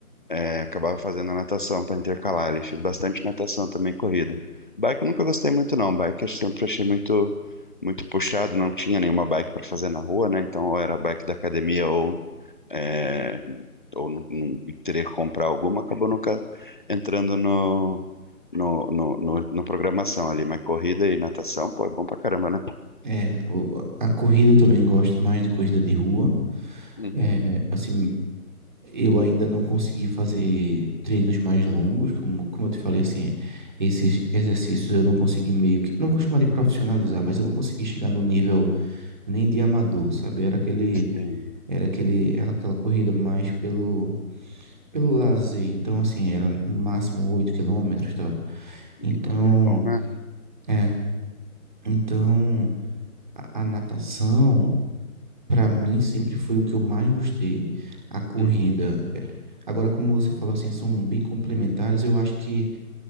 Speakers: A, on the left; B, on the right.
A: é, acabava fazendo a natação para intercalar. Ele fez bastante natação também, corrida. Bike eu nunca gostei muito, não. Bike eu sempre achei muito, muito puxado, não tinha nenhuma bike para fazer na rua, né? Então, ou era bike da academia ou, é, ou não, não- teria que comprar alguma. Acabou nunca entrando no, no, no, no, no programação ali. Mas corrida e natação, pô, é bom pra caramba, né?
B: É, o- a corrida eu também gosto mais de corrida de rua.
A: Uhum.
B: É, assim, eu ainda não consegui fazer treinos mais longos, como, como eu te falei, assim, esses exercícios eu não consegui meio que, não vou chamar de profissionalizar, mas eu não consegui chegar no nível nem de amador, sabe? Era aquele,
A: Sim.
B: era aquele, era aquela corrida mais pelo, pelo lazer. Então, assim, era no máximo 8 quilômetros e tal. Então,
A: Não, É bom, né?
B: é, então a a natação, para mim sempre foi o que eu mais gostei, a corrida.
A: Uhum.
B: É, Agora, como você falou assim, são bem complementares, eu acho que